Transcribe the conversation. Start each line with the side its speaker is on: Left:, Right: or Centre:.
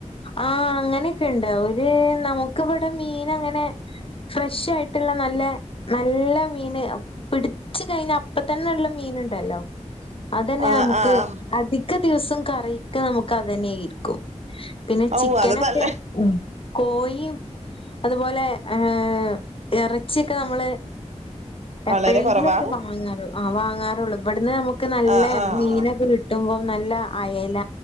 Left: ആഹ് അങ്ങനെയൊക്കെ ഉണ്ട് ഒരു നമുക്ക് ഇവിടെ മീൻ അങ്ങനെ ഫ്രഷ ആയിട്ടുള്ള നല്ല നല്ല മീന് പിടിച്ചു കഴിഞ്ഞ ഇപ്പൊ തന്നെ ഉള്ള മീൻ ഉണ്ടല്ലോ അതനെ
Right: ആഹ്
Left: നമുക്ക്
Right: ആഹ്
Left: അധിക ദിവസം കറിക്ക നമുക്ക് അതനെയിരിക്കും പിന്നെ
Right: ഔ
Left: ചിക്കനൊക്കെ
Right: അത് നല്ല
Left: ഉ കോഴിയും അതുപോലെ ഏ ഇറച്ചിയൊക്കെ നമ്മള്
Right: വളരെ
Left: എപ്പോഴെങ്കിലുംക്കെ
Right: കുറവാ
Left: വാങ്ങാറോ ആ വാങ്ങാറുള്ളൂ ഇവിടുന്ന് നമുക്ക് നല്ല
Right: ആഹ് ആഹ്
Left: മീനൊക്കെ കിട്ടുമ്പോം നല്ല അയല